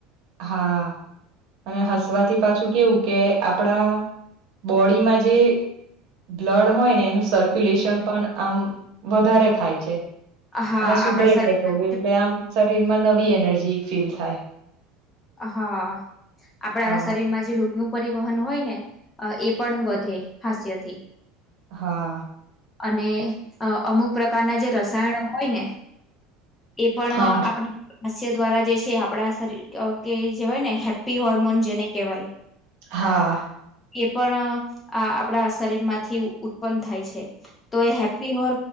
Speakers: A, on the right; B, on the left.
A: હા અને હસવાથી પાછું કેવું કે આપણા બોડીમાં જે બ્લડ હોય ને એનું સર્ક્યુલેશન પણ આમ વધારે થાય છે
B: હા
A: અને સુધરે
B: આપણા શરીરમાં
A: છે થોડું એટલે આમ શરીર માં નવી એનર્જી ફીલ થાય
B: હા આપણા
A: હા,
B: શરીરમાં જે રોગનું પરિવહન હોય ને એ પણ વધે હાસ્યથી
A: હા
B: અને અમુક પ્રકારના જે રસાયણ હોય ને એ પણ
A: હા,
B: આપણે હાસ્ય દ્વારા જે છે આપડા શરીર કે જેવાય ને હેપ્પી હોર્મોન જેને કહેવાય
A: હા
B: એ પણ આ આપણા શરીરમાંથી ઉત્પન્ન થાય છે તો એ હેપ્પી હો